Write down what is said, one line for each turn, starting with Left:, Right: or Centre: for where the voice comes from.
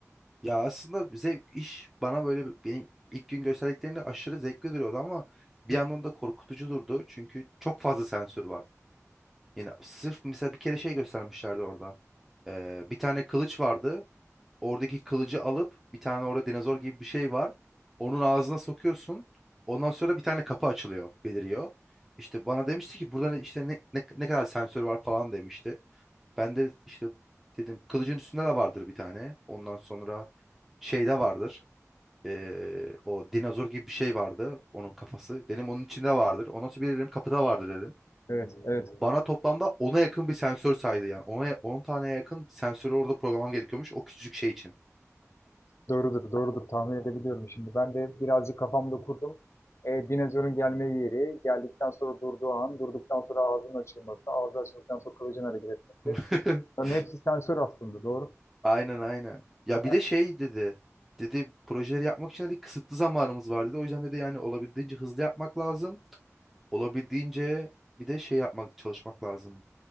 Centre: Ya aslında zevk iş bana böyle bir- benim ilk gün gösterdiklerinde aşırı zevkli duruyordu ama bir yandan da korkutucu durdu. Çünkü çok fazla sensör var. Yani sırf mesela bir kere şey göstermişlerdi orada. Ee, bir tane kılıç vardı. Oradaki kılıcı alıp bir tane orada dinozor gibi bir şey var. Onun ağzına sokuyorsun. Ondan sonra bir tane kapı açılıyor, beliriyor. İşte bana demişti ki burada ne- işte ne, ne, ne kadar sensör var falan demişti. Ben de işte dedim kılıcın üstünde de vardır bir tane. Ondan sonra şeyde vardır. Ee, o dinozor gibi bir şey vardı. Onun kafası. Dedim onun içinde vardır. Ondan sonra bir dedim kapıda vardır dedim.
Left: Evet, evet.
Centre: Bana toplamda ona yakın bir sensör saydı yani. ona 10 taneye yakın sensörü orada programlam gerekiyormuş o küçücük şey için.
Left: Doğrudur, doğrudur. Tahmin edebiliyorum şimdi. Ben de birazcık kafamda kurdum. E, dinozorun gelme yeri, geldikten sonra durduğu an, durduktan sonra ağzının açılması, ağzı açıldıktan sonra kılıcın hareket etmesi.
Centre: <laughs>
Left: Bunların hepsi sensör aslında, doğru.
Centre: Aynen aynen. Ya
Left: Yani
Centre: bir de şey dedi. Dedi projeleri yapmak için dedi kısıtlı zamanımız var dedi. O yüzden dedi yani olabildiğince hızlı yapmak lazım. Olabildiğince bir de şey yapmak çalışmak lazım.